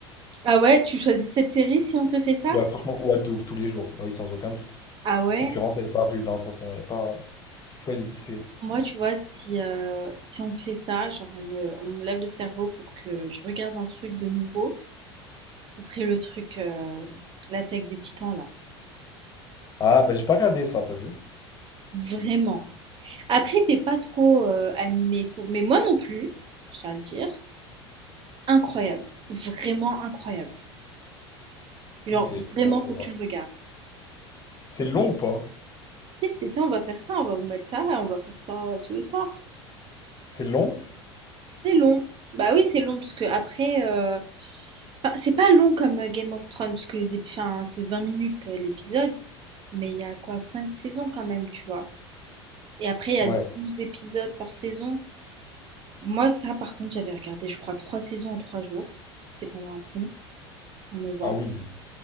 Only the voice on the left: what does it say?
Ouais, franchement, ouais, de ouf, tous les jours, Ah oui, sans aucun doute.
Concurrence, elle est pas rude, hein, de toute façon, y a pas. Le choix, il est vite fait.
Ah, bah j'ai pas regardé ça, t'as vu?
Ok,
bon, ça
va.
C'est long ou pas?
C'est long?
Ouais.
Ah oui.